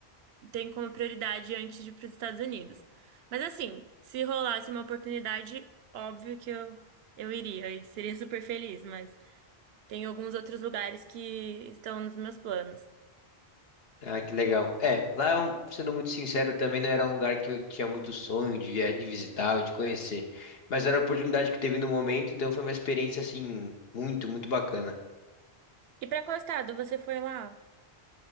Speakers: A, on the right (about 70°); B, on the left (about 65°).
A: tenho como prioridade antes de ir para os Estados Unidos. Mas assim, se rolasse uma oportunidade, óbvio que eu, eu iria e seria <laughs> super feliz, mas tem alguns outros lugares que estão nos meus planos.
B: Ah, que legal. É, lá, é um- sendo muito sincero, também não era um lugar que eu tinha muito sonho de, via- de visitar ou de conhecer. Mas era a oportunidade que teve no momento, então foi uma experiência, assim, muito, muito bacana.
A: E para qual estado você foi lá?